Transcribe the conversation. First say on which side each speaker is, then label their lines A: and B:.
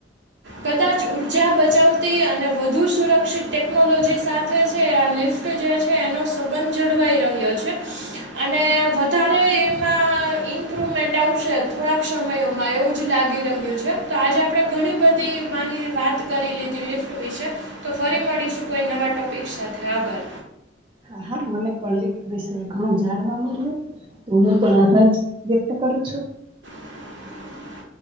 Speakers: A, on the right (about 70°); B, on the right (about 30°).
A: કદાચ ઉર્જા બચાવતી અને વધુ સુરક્ષિત ટેકનોલોજી સાથે છે આ લિફ્ટ ફ્ટ જે છે એનો સબંધ જળવાઈ રહ્યો છે અને વધારે એમાં ઇમ્પ્રુવમેન્ટ આવશે થોડાક સમયોમાં એવું જ લાગી રહ્યું છે તો આજે આપણે ઘણી બધી મા વાત કરી લીધી લિફ્ટ વિશે તો ફરી મળીશું કોઈ નવા ટોપિક સાથે આ ખબર
B: હા હા મને પણ લિફ્ટ વિષ ઘણું જાણવા મળ્યું તો હું પણ આભાજ વ્યક્ત કરું છું.
A: <inaudible>